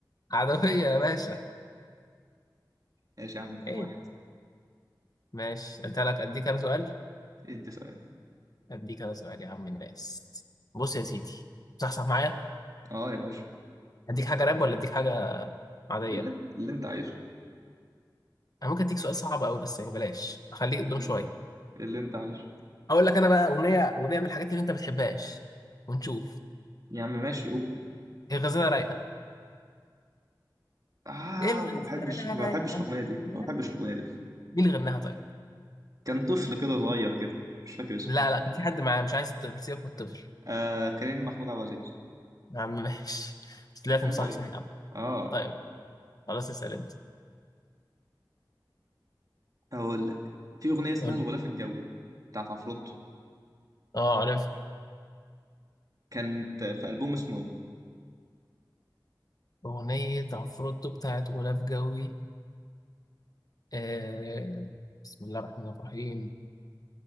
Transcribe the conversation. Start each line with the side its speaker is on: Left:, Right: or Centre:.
Left: عدوية يا باشا
Right: ماشي يا عم 2
Left: إيه ماشي أنت لك أديك أنا سؤال
Right: ادي سؤال
Left: أديك أنا سؤال يا عم الناس بص يا سيدي صحصح معايا
Right: اه يا باشا
Left: أديك حاجة راب ولا أديك حاجة عادية
Right: اللي, اللي انت عايزه
Left: أنا ممكن أديك سؤال صعب أوي بس يعني بلاش أخليك قدام
Right: اللي,
Left: شوية
Right: اللي انت عايزه
Left: هقول لك انا بقى اغنيه اغنيه من الحاجات اللي انت ما بتحبهاش ونشوف
Right: يا عم ماشي قول
Left: هي غزاله رايقه
Right: اه
Left: ايه الغزاله
Right: ما بحبش ما
Left: رايقه
Right: بحبش الاغنيه دي
Left: مين
Right: ما بحبش الاغنيه دي
Left: اللي غناها طيب
Right: كان طفل كده صغير كده مش فاكر اسمه
Left: لا لا كان في حد معاه مش عايز الطفل سيبك من الطفل
Right: آه كريم محمود عبد العزيز
Left: يا عم ماشي <laughs> بس طلعت
Right: عيب
Left: مصحصح
Right: عليك
Left: يا عم
Right: اه
Left: طيب خلاص اسال انت
Right: هقول لك في اغنيه اسمها
Left: قول
Right: الغلاف
Left: لي
Right: الجوي بتاعت عفروتو
Left: اه عارف
Right: كانت في البوم اسمه ايه
Left: اغنيه عفروتو بتاعت غلاف جوي آه بسم الله الرحمن الرحيم